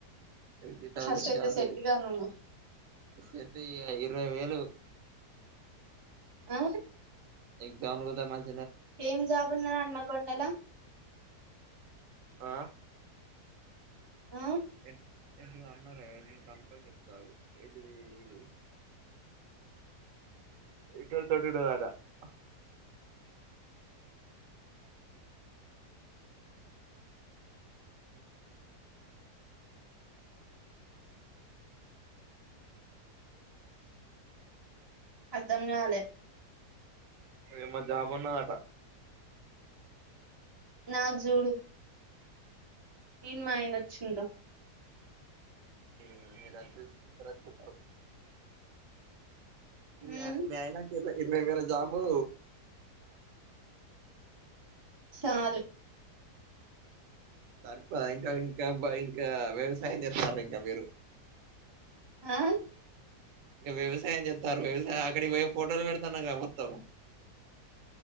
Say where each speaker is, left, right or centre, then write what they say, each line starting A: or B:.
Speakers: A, on the right; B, on the right.
A: ట్వంటీ తౌసండ్
B: ఫస్ట్ అయితే
A: సాలరి
B: సెట్ గా నువ్వు
A: <unintelligible> ఇరవై వేలు
B: ఆ
A: <unintelligible> మంచి
B: ఎం జాబ్ ఉన్న <unintelligible>
A: ఆ
B: ఆ
A: ఎం ఏంటి అన్నారే నీకు అంత చెప్తావు ఆగు ఏంటది ఇక్క <unintelligible> హా
B: అర్థం కాలే
A: ఎం జాబున్నదట
B: నాకు జూడు ఈను మాయన వచ్చిం <unintelligible>
A: <unintelligible> <unintelligible>
B: ఉమ్
A: ఇరవై వేలు జాబు
B: చాలు
A: సరిపాయ ఇంకా ఇంకా ఇంకా వ్యవసాయం చేస్తారు ఇంకా మీరు
B: ఆ
A: ఇక వ్యవసాయం చెస్తారు వ్యవసాయం అక్కడికి పోయి ఫొటోలు పెడుతున్న గా మొత్తం <inaudible>